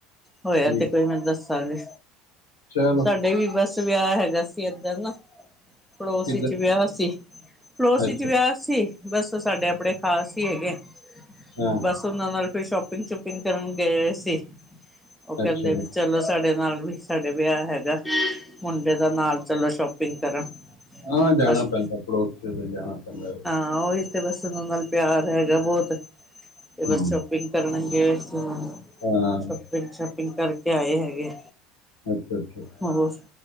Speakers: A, in the centre; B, on the left.
A: ਹੋਇਆ
B: ਠੀਕ
A: ਤੇ ਕੋਈ ਮੈਂ ਦੱਸਾਂਗੇ
B: ਚਲੋ
A: ਸਾਡੇ ਵੀ ਬਸ ਵਿਆਹ ਹੈਗਾ ਸੀ। ਏਧਰ ਨਾ ਪੜੋਸੀ
B: ਕਿੱਧਰ
A: 'ਚ ਵਿਆਹ ਸੀ, ਪੜੋਸੀ
B: ਅੱਛਾ
A: 'ਚ ਵਿਆਹ ਸੀ। ਬਸ ਸਾਡੇ, ਆਪਣੇ ਖ਼ਾਸ ਹੀ ਹੈਗੇ।
B: ਹਾਂ
A: ਬਸ ਉਹਨਾਂ ਨਾਲ ਫਿਰ ਸ਼ੋਪਿੰਗ ਸ਼ੂਪਿੰਗ ਕਰਨ ਗਏ ਸੀ। ਉਹ ਕਹਿੰਦੇ
B: ਅੱਛਾ ਜੀ
A: ਚਲੋ ਸਾਡੇ ਨਾਲ ਵੀ, ਸਾਡੇ ਵਿਆਹ ਹੈਗਾ। ਮੁੰਡੇ ਦਾ ਨਾਲ ਚਲੋ ਸ਼ੋਪਿੰਗ ਕਰਨ,
B: ਹਾਂ ਜਾਣਾ
A: ਬਸ
B: ਪੈਂਦਾ, ਪੜੋਸ ਤੇ ਜਾਣਾ ਪੈਂਦਾ।
A: ਹਾਂ ਉਹੀ ਤੇ ਬਸ, ਉਹਨਾ ਨਾਲ ਪਿਆਰ ਹੈਗਾ ਬਹੁਤ,
B: ਹੂੰ
A: ਤੇ ਬਸ ਸ਼ੋਪਿੰਗ ਕਰਨਗੇ। ਸ਼ੋਪਿੰਗ-
B: ਹਾਂ
A: ਸ਼ਾਪਿੰਗ ਕਰਕੇ ਆਏ ਹੈਗੇ।
B: ਅੱਛਾ- ਅੱਛਾ
A: ਹੋਰ